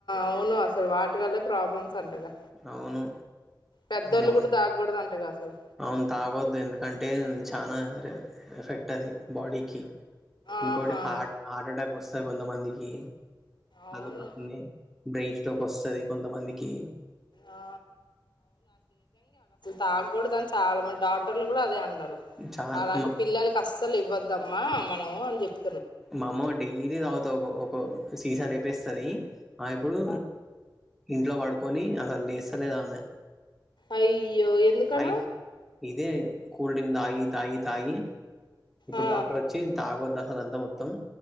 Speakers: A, on the left; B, in the centre.
A: అవును అసలు వాటి వల్లే ప్రాబ్లమ్స్ అంటగా
B: అవును
A: పెద్దోళ్ళు
B: అమ్
A: కూడా తాగకూడదంటగా అసలు
B: అవును తాగొద్దు ఎందుకంటే చానా ర్ ఎఫెక్ట్ అది బాడీకి ఇంకొకటి
A: ఆహా
B: హార్ట్-హార్ట్ఎటాక్ వస్త్ తాద్ కొంతమందికి
A: అవును
B: అదొకటుంది బ్రేయిన్ ఇట్లోకి వస్తది కొంతమందికి
A: ఆ తాగ కూడదని చాలా మంది డాక్టర్లు కూడా అదే అన్ టార్
B: చాలా
A: అలాంటి
B: మా
A: పిల్లలకి అస్సలు ఇవ్వద్ వద్దమ్మా మనం అని చెప్
B: మామో డైలీ తగుతా ఒకో ఒకో సీసా లేేపేస్తది ఆ ఇప్పుడు ఇంట్లో పడుకొని అసలు లేస్తలేదు ఆమె
A: అయ్యో ఎందుకణ
B: అయినా ఇదే కూల్ డ్రింక్ తాగి తాగి తాగి ఇప్పుడు
A: ఆ
B: డాక్టర్ వచ్చి తాగద్ హలంతా మొత్తం